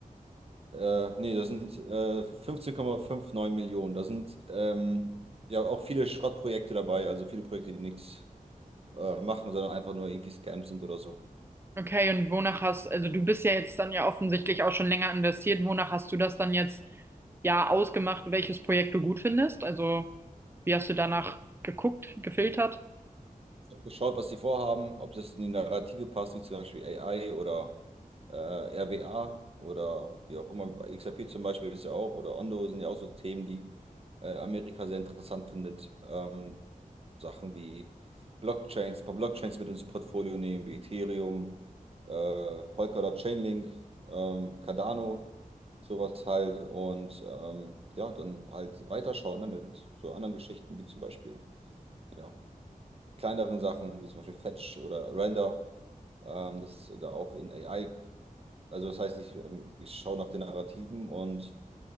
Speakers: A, on the right; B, on the right.
A: Äh, nee, das sind äh, 15,59 Millionen. Da sind ähm, ja auch viele Schrottprojekte dabei, also viele Projekte, die nichts äh, machen, sondern einfach nur irgendwie Scams sind oder so.
B: Okay, und wonach hast, also du bist ja jetzt dann ja offensichtlich auch schon länger investiert. Wonach hast du das dann jetzt ja ausgemacht, welches Projekt du gut findest? Also, wie hast du danach geguckt, gefiltert?
A: habe geschaut, was sie vorhaben, ob das in die Narrative passt, wie zum Beispiel AI oder äh, RWA oder die auch immer, XRP zum Beispiel ist ja auch, oder Ondo sind ja auch so Themen, die äh, Amerika sehr interessant findet. Ähm, Sachen wie Blockchains, ein paar Blockchains mit ins Portfolio nehmen, wie Ethereum, äh, Polkadot Chainlink, ähm, Cardano, sowas halt. Und ähm, ja, dann halt weiterschauen ne, mit so anderen Geschichten wie zum Beispiel. Ja, kleineren Sachen, wie zum Beispiel Fetch oder Render, ähm, das ist da auch in AI, also das heißt, ich, ähm, ich schaue nach den Narrativen und